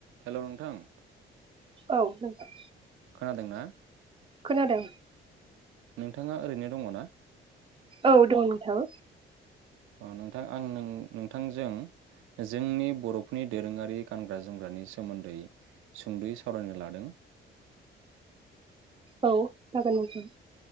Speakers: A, on the right; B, on the right.
A: Hello नोंथां
B: औ नोंथां।
A: खोनादोंना?
B: खोनादों।
A: नोंथाङा ओरैनो दङ' ना?
B: औ दङ' नोंथां।
A: अ नोंथां आं नों नोंथांजों जोंनि बर'फोरनि दोरोंङारि गानग्रा जोमग्रानि सोमोन्दै सुंद'यै सावरायनो लादों।
B: औ। जागोन नोंथां।